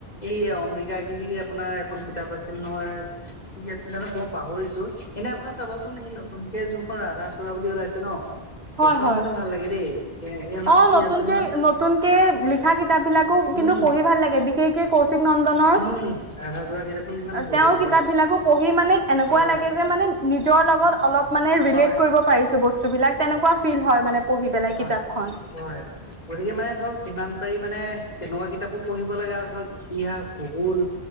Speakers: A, on the left; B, on the right.
A: এই অম্বিকা গিৰি যে আপোনাৰ এখন কিতাপ আছিল নহয় কি আছিলে জানো মই পাহৰিছো এনে আপোনাৰ চাবাচোন এই নতুনকে যোনখন ৰাধা চূড়া বুলি ওলাইছে ন
B: হয়
A: এইখনো
B: হয়
A: কিন্তু ভাল লাগে দেই এ ইয়াৰ নাম
B: অ
A: কি
B: নতুনকে
A: আছিল নহয়
B: নতুনকে লিখা কিতাপ বিলাকো কিন্তু
A: উম,
B: পঢ়ি ভাল লাগে বিশেষকে কৌশিক নন্দনৰ
A: উম, ৰাধা চূড়া কিতাপখন কিমান ভাল
B: তেওঁৰ
A: লাগে
B: কিতাপ
A: হয়,
B: বিলাকো পঢ়ি মানে এনেকুৱা
A: হয়,
B: লাগে যে মানে নিজৰ লগত অলপ মানে ৰিলেট
A: হয়,
B: কৰিব পাৰিছো বস্তুবিলাক তেনেকুৱা ফিল হয় মানে পঢ়ি পেলাই
A: হয়
B: কিতাপখন।
A: হয় গতিকে মানে ধৰক যিমান পাৰি মানে তেনেকুৱা কিতাপো পঢ়িব লাগে আৰু ধৰক ইতিহাস ভূগোল